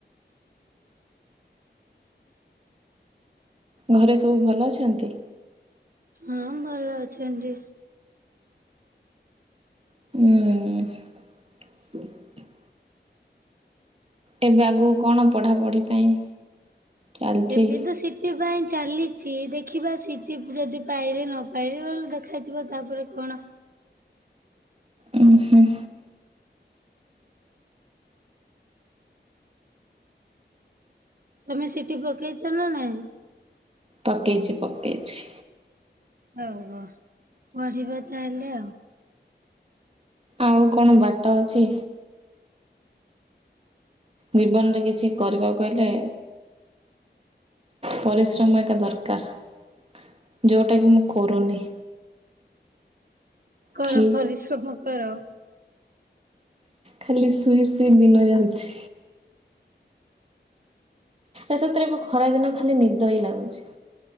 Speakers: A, on the right; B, on the right.
A: ଘରେ ସବୁ ଭଲ ଅଛନ୍ତି?
B: ହଁ ଭଲ ଅଛନ୍ତି।
A: ହୁଁ। ଏବେ ଆଗୁକୁ କଣ ପଢ଼ାପଢ଼ି ପାଇଁ ଚାଲିଛି?
B: ଏବେ ତ ସିତ୍ ସିଟି ପାଇଁ ଚାଲିଛି ଦେଖିବା ସିଟିି ଯଦି ପାଇବେ ନ ପାଇବେ ବ ଦେଖାଯିବ ତାପରେ କଣ?
A: ଉୁଁ ହୁଁ।
B: ତମେ ସିଟି ପକେଇଛ ନା ନାଇଁ?
A: ପକେଇଚି ପକେଇଚି।
B: ହଉ ହ ପଢିବା ତାହେଲେ ଆଉ।
A: ଆଉ କଣ ବାଟ ଅଛି? ଜୀବନରେ କିଛି କରିବାକୁ ହେଲେ ପରିଶ୍ରମ ଏକା ଦରକାର ଯୋଉଟାକି ମୁଁ କରୁନି।
B: କର
A: ଖାଲି
B: ପରିଶ୍ରମ କର।
A: ଖାଲି ଶୁଇ ଶୁଇ ଦିନ ଯାଉଛି। ଏ ସତରେ ଖରାଦିନ ଖାଲି ନିଦ ହିଁ ଲାଗୁଚି।